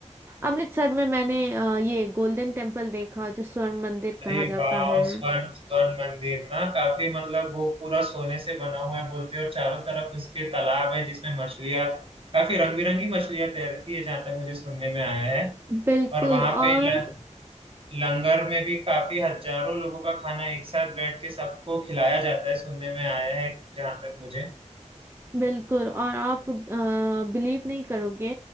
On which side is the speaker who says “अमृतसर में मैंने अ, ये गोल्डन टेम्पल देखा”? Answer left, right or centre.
Right